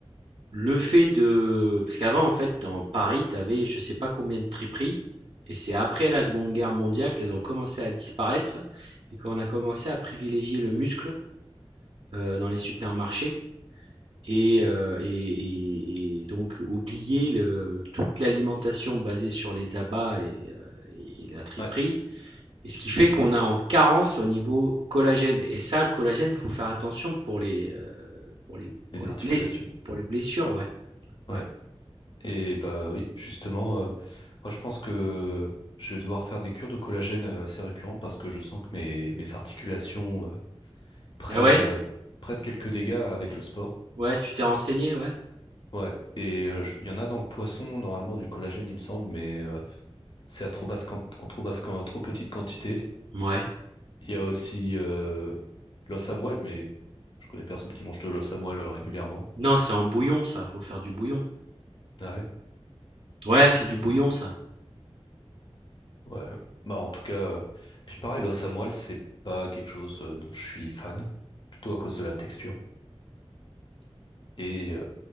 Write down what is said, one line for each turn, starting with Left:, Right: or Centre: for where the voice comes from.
Right: le fait de... Parce qu'avant, en fait, dans Paris, tu avais je sais pas combien de triperies. Et c'est après la Seconde Guerre mondiale qu'elles ont commencé à disparaître. Et qu'on a commencé à privilégier le muscle euh, dans les supermarchés. Et, euh, et- et- et donc oublier le- toute l'alimentation basée sur les abats et, euh, et la triperie
Left: ouais,
Right: et ce qui fait qu'on a en carence au niveau collagène. Et ça, le collagène, il faut faire attention pour les, euh, pour les,
Left: les
Right: pour les,
Left: articulations,
Right: bless- pour les blessures, ouais. ouais.
Left: ouais. Et bah oui, justement, euh, moi je pense que je vais devoir faire des cures de collagène euh, assez récurrentes parce que je sens que mes mes articulations euh, prennent
Right: Ah ouais
Left: euh, prennent quelques dégâts avec
Right: tu,
Left: le sport.
Right: Ouais, tu t'es renseigné, ouais
Left: Ouais, et euh, je- il y en a dans le poisson, normalement, du collagène, il me semble, mais euh, c'est à trop basse, quan- en trop basse, quan- en trop petite quantité.
Right: Ouais.
Left: Il y a aussi euh, l'os à moelle, mais je connais personne qui mange de l'os à moelle euh, régulièrement.
Right: Non, c'est en bouillon, ça. faut faire du bouillon.
Left: Ah ouais?
Right: Ouais, c'est du bouillon, ça.
Left: Ouais. Bah en tout cas, euh, puis pareil, l'os à moelle, c'est pas quelque chose euh, dont je suis fan, plutôt à cause de la texture. Et euh,